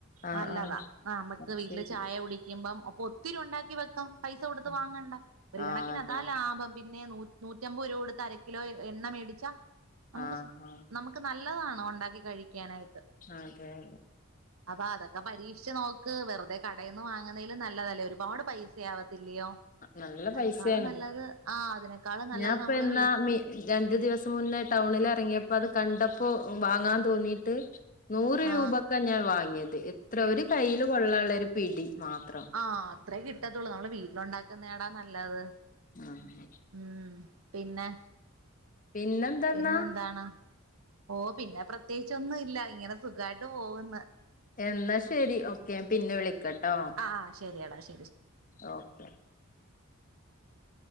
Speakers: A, on the left (about 40°); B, on the right (about 80°).
A: ആഹ്
B: നല്ലതാ
A: ആഹ്
B: നമുക്ക്
A: അത്
B: വീട്ടില്
A: ശരി.
B: ചായ കുടിക്കുമ്പം അപ്പൊ ഒത്തിരി ഉണ്ടാക്കി വെക്കാം പൈസ കൊടുത്ത്
A: ആഹ്
B: വാങ്ങണ്ട ഒരു
A: ആഹ്
B: കണക്കിനതാ
A: അതെ
B: ലാഭം പിന്നെ നൂ നൂറ്റമ്പത് രൂപൊട്ത് അരയ് കിലോ എണ്ണ മേടിച്ചാ നമുക്ക്
A: ആഹ് ആഹ്
B: നമുക്ക് നല്ലതാണ് ഉണ്ടാക്കി കഴിക്കാനായി
A: അതെ അതെ
B: അപ്പൊ അതൊക്കെ പരീക്ഷിച്ച് നോക്ക് വെറുതെ കടയി നിന്ന് വാങ്ങുന്നതിൽ നല്ലതല്ലേ ഒ പാട് പൈസയാവ ല്ലോ
A: നല്ല
B: അതിനെക്കാളും
A: പൈസയാണ്
B: നല്ലത് ആഹ് അതിനേക്കാളും നല്ലത്
A: ഞാൻ ഇപ്പ
B: നമ്മള്
A: എന്നാ
B: വീ
A: മി രണ്ടു ദിവസം മുന്നേ ടൗണിൽ ഇറങ്ങിയപ്പോ അത് കണ്ടപ്പോ വാങ്ങാൻ തോന്നീയിട്ട് നൂറ്
B: ആ
A: രൂപക്ക ഞാൻ വാങ്ങിയത് അത് എ ഇത്ര ഒരു കയ്യില് കൊള്ളാനുള്ള ഒര് പിടി മാത്രം
B: ആഹ് അത്രേ കിട്ടത്തുള്ളൂ നമ്മള് വീട്ടിലുണ്ടാക്കി ന്നേടാ നല്ലത്
A: ആഹ്
B: ഉം പിന്നെ
A: പിന്നെന്തന്നാ
B: പിന്നെന്താണ് ഓ പിന്നെ പ്രത്യേകിച്ച ഒന്നും ഇല്ല ഇങ്ങനെ സുഖായിട്ട് പോകുന്ന്
A: എന്നാൽ ശരി ഓക്കെ പിന്നെ വിളി കെട്ടോ
B: ആ ശരിയടാ ശ
A: ഓക്കെ